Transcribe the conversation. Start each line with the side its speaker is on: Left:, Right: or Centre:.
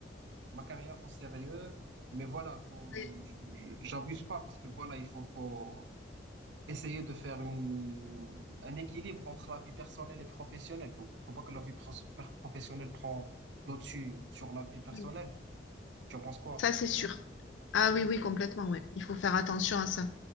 Right: ma carrière au sérieux, mais voilà, faut,
Left: ouais,
Right: je- je- j'abuse pas parce que voilà, il faut, faut, essayer de faire une, un équilibre entre la vie personnelle et professionnelle. Faut, faut pas que la vie pros- per- professionnelle prend le dessus sur la vie personnelle.
Left: oui,
Right: Tu en penses quoi?
Left: ça c'est sûr. Ah oui, oui, complètement, ouais. Il faut faire attention à ça.